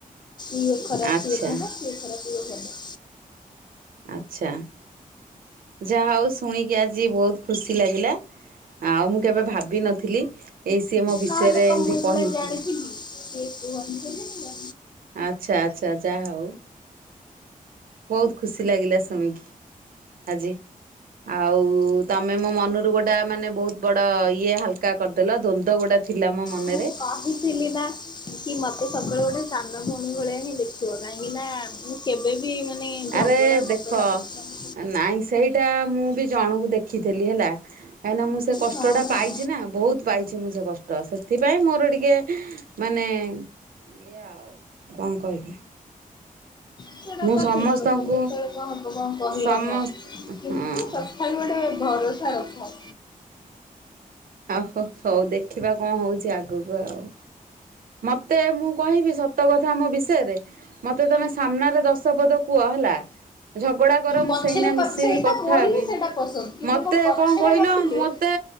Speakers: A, on the left (about 30°); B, on the right (about 75°).
A: ଇଏ ଖରାପ୍
B: ଆଚ୍ଛା
A: ସିଏ ଭଲ ସିଏ ଖରାପ୍ ଇଏ ଭଲ।
B: ଆଚ୍ଛା ଯାହା ହଉ ଶୁଣିକି ଆଜି ବହୁତ ଖୁସି ଲାଗିଲା। ଆଉ ମୁଁ କେବେ ଭାବିିନଥିଲି ଏଇ ସିଏ ମୋ ବିଷୟରେ
A: ନହେଲେ କଣ
B: ଏମିତି
A: ମୁଁ ଏଗୁଡା
B: କହିଥିବେ।
A: ଜାଣିଥିଲି ସିଏ କୁହନ୍ତି ନା
B: ଆଚ୍ଛା ଆଚ୍ଛା ଯାହା ହଉ। ବହୁତ ଖୁସି ଲାଗିଲା ଶୁଣିକି ଆଜି ଆଉ ତମେ ମୋ ମନରୁ ଗୋଟା ମାନେ ବହୁତ ବଡ଼ ଇଏ ହାଲକା କରିଦେଲ ଦ୍ୱନ୍ଦ ଗୁଟା ଥିଲା ମୋ ମନେରେ
A: ମୁଁ କହିଥିଲି ନା କି ମତେ ସବୁବେଳେ ଗୋଟେ ସାନ ଭଉଣୀ ଭଳିଆ ହିଁ ଦେଖିବ କାହିଁକି ନା କେବେ ବି ମାନେ ଝଗଡ଼ା
B: ଆରେ ଦେଖ
A: ମଗଡ଼ା ସେଥିପାଇଁ
B: ନାଇଁ ସେଇଟା ମୁଁ ବି ଜଣକୁ ଦେଖିଥିଲି ହେଲା। କାହିଁକିନା ମୁଁ ସେ କଷ୍ଟଟା
A: ହଁ ହଁ।
B: ପାଇଛି ନା ବହୁତ ପାଇଛି ମୁଁ ସେ କଷ୍ଟ ସେଥିପାଇଁ ମୋର ଟିକେ ମାନେ ଏଇଆ ଆଉ କଣ କହିବି?
A: ସେଇଟା
B: ମୁଁ
A: ତ
B: ସମସ୍ତଙ୍କୁ
A: ଠିକ୍ କଥା କେତେବେଳେ କଣ ହବ କଣ କହିହବ
B: ସମସ୍ତ
A: କିନ୍ତୁ
B: ହଁ
A: ସ ଖାଲି ଗୋଟେ ଭରସା ରଖ।
B: ଆଉ ହୋ ହଉ ଦେଖିବା କଣ ହଉଛି ଆଗୁକୁ ଆଉ। ମତେ ମୁଁ କହିବି ସତ କଥା ମୋ ବିଷୟରେ ମୋତେ ତୁମେ ସାମ୍ନାରେ ଦଶ ପଦ କୁହ ହେଲା। ଝଗଡା କର ମୁଁ
A: ପଛରେ
B: ସେଇନା
A: କ
B: ମିଶିବି
A: ସେଇଟା
B: କଥା
A: ମୋର
B: ହେବି
A: ହିଁ ସେଇଟା ପସନ୍ଦ କିନ୍ତୁ
B: ମତେ
A: ମୋ ପଛରେ
B: କଣ କହିଲ
A: ଗପିଲେ
B: ମତେ